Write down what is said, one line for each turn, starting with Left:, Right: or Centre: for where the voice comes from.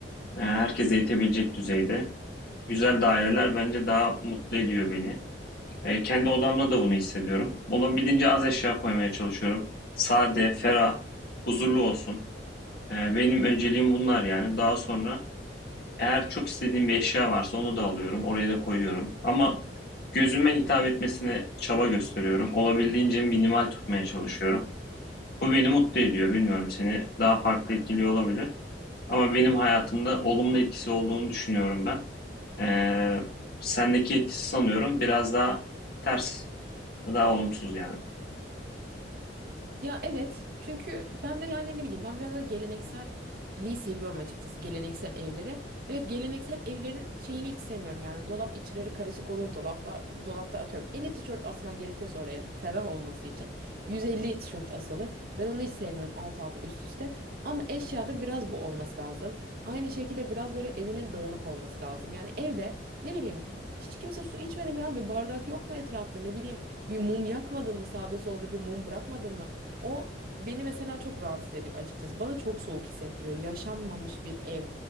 Left: e, herkese yetebilecek düzeyde Güzel daireler bence daha mutlu ediyor beni. E, kendi odamda da bunu hissediyorum. Olabildiğince az eşya koymaya çalışıyorum. Sade, ferah, huzurlu olsun. E, benim önceliğim bunlar yani. Daha sonra eğer çok istediğim bir eşya varsa onu da alıyorum. Oraya da koyuyorum. Ama gözüme hitap etmesine çaba gösteriyorum. Olabildiğince minimal tutmaya çalışıyorum. Bu beni mutlu ediyor. Bilmiyorum seni daha farklı etkiliyor olabilir. Ama benim hayatımda olumlu etkisi olduğunu düşünüyorum ben. Ee, sendeki etkisi sanıyorum biraz daha ters, daha olumsuz yani.
Right: Ya evet çünkü ben de yani ne bileyim ben biraz daha gelenekselliği seviyorum açıkçası geleneksel evlere. Evet geleneksel evlerin şeyini hiç sevmiyorum yani dolap içleri karışık olur dolapla dolapta atıyorum 50 tişört asman gerekiyorsa oraya ferah olması için 150 tişört asılır. Ben onu hiç sevmiyorum alt alta üst üste ama eşyada biraz bu olması lazım. Aynı şekilde biraz böyle evinin dağınık olması lazım. Yani evde ne bileyim hiç kimse su içmedim ya bir bardak yok mu etrafta ne bileyim bir mum yakmadın mı sağda solda bir mum bırakmadın mı? O beni mesela çok rahatsız ediyor açıkçası. Bana çok soğuk hissettiriyor. Yaşanmamış bir ev